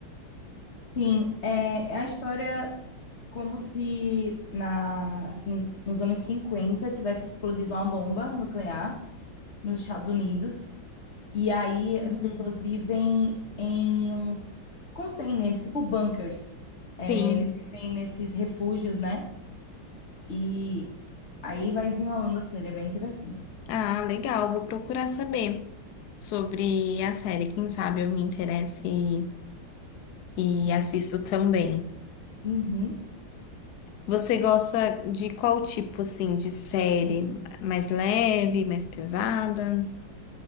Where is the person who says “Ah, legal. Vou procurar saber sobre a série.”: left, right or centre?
Left